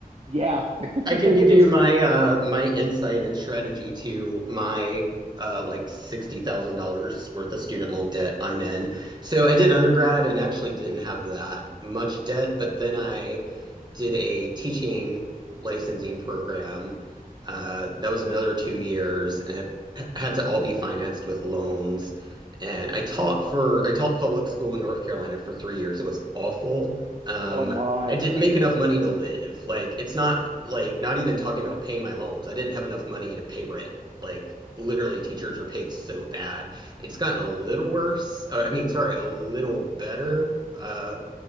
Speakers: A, on the right; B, on the right.
A: yeah. <laughs>
B: I can give you
A: It's
B: my uh my insight and strategy to my uh like $60,000 worth of student loan debt I'm in. So I did undergrad and actually didn't have that much debt, but then I did a teaching licensing program. Uh, that was another two years and it h- had to all be financed with loans. And I taught for I taught public school in North Carolina for three years. It was awful. Um,
A: oh my.
B: I didn't make enough money to live. Like it's not like not even talking about paying my loans. I didn't have enough money to pay rent. Like literally teachers are paid so bad. It's gotten a little worse. Uh, I mean, sorry, a little better. Uh,